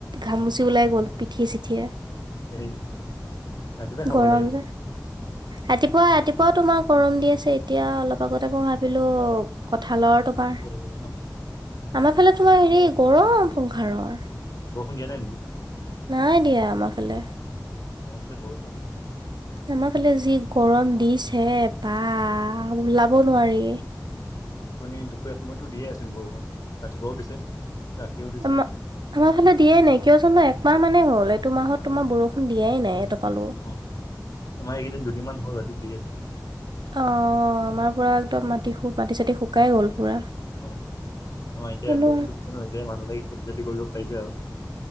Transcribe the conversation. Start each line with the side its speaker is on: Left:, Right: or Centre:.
Right: ঘামুচি ওলাই গ'ল পিঠিয়ে চিঠিয়ে।
Left: এই ৰাতিপুৱাই খাব
Right: গৰম
Left: লাগে তুমি।
Right: যে। ৰাতিপুৱা ৰাতিপুৱাও তোমাৰ গৰম দি আছে। এতিয়া অলপ লগতে মই ভাবিলো কঠাঁলৰ তোমাৰ
Left: দিলেগে ন?
Right: আমাৰ ফালে তোমাৰ হেৰি গৰম সংসাৰৰ।
Left: বৰষুণ দিয়া নাই নেকি?
Right: নাই দিয়া আমাৰ ফালে।
Left: উম, আমাৰ এই ফালে বৰষুণ।
Right: আমাৰ ফালে যি গৰম দিছে বা
Left: উম,
Right: ওলাব নোৱাৰি।
Left: অথনি দুপৰীয়া সময়তো দিয়ে আছিল বৰষুণ, ৰাতিপুৱাও দিছে ৰাতিও দিছে।
Right: আমা আমাৰ ফালে দিয়াই নাই কিয় জানো একমাহ মানেই হ'ল? এইটো মাহত তোমাৰ বৰষুণ দিয়াই নাই এটোপালো।
Left: উম' আমাৰ এইকেইদিন দুদিনমান হ'ল ইয়াতে দি আছে।
Right: অঁ আমাৰ পুৰা একদম মাটি শু মাটি চাটি শুকাই গ'ল পুৰা।
Left: অঁ আমাৰ এতিয়া
Right: জানো
Left: বৰষুণতো দিছে ন এতিয়া মানুহবিলাকে খেতি চেতি কৰিব পাৰিছে আৰু।